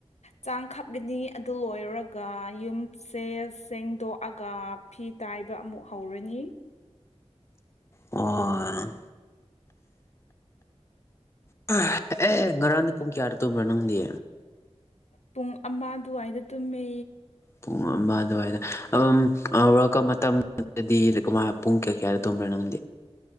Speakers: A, on the left; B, on the left.
A: ꯆꯥꯡ ꯀꯞꯒꯅꯤ ꯑꯗꯨ ꯂꯣꯏꯔꯒ ꯌꯨꯝꯁꯦ ꯁꯦꯡꯗꯣꯛꯑꯒ ꯐꯤ ꯇꯥꯏꯕ ꯑꯃꯨꯛ ꯍꯧꯔꯅꯤ <inaudible>
B: ꯑꯣ ꯑ <unintelligible> ꯑꯦ ꯉꯔꯥꯡꯗꯤ ꯄꯨꯡ ꯀꯌꯥꯗ ꯇꯨꯝꯕ꯭ꯔꯥ ꯅꯪꯗꯤ?
A: ꯄꯨꯡ ꯑꯃ ꯑꯗꯨꯋꯥꯏꯗ ꯇꯨꯝꯃꯦ꯫
B: ꯄꯨꯡ ꯑꯃ ꯑꯗꯨꯋꯥꯏꯗ ꯑꯗꯨꯝ ꯑ ꯋꯥꯔꯜ ꯃꯇꯝꯗꯨꯗꯗꯤ ꯀꯃꯥꯏ ꯄꯨꯡ ꯀꯌꯥ ꯀꯌꯥꯗ ꯇꯨꯝꯕ꯭ꯔ ꯅꯪ?